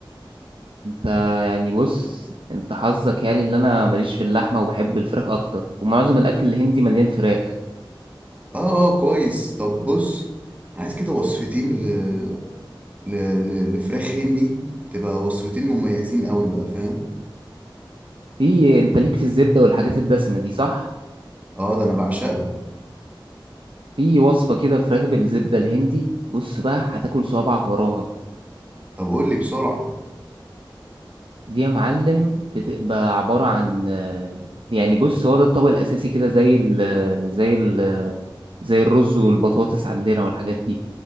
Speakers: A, on the right; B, on the right.
A: انت يعني بص انت حظك يعني اللي انا ماليش في اللحمة وبحب الفراخ اكتر ومعظم الاكل الهندي مليان فراخ
B: اه اه كويس طب بص أنا عايز كده وصفتين ل... ل... ل... لفراخ هندي تبقى وصفتين مميزين قوي بقى فاهم
A: في انت ليك في الزبدة والحاجات الدسمة دي صح
B: اه ده انا بعشقها
A: في وصفة كده فراخ بالزبدة الهندي بص بقى هتاكل صوابعك وراها
B: طب قول لي بسرعه
A: دي يا معلم بتبقى عبارة عن آه، يعني بص هو ده الطبق الأساسي كده زي ال زي ال زي الرز والبطاطس عندنا والحاجات دي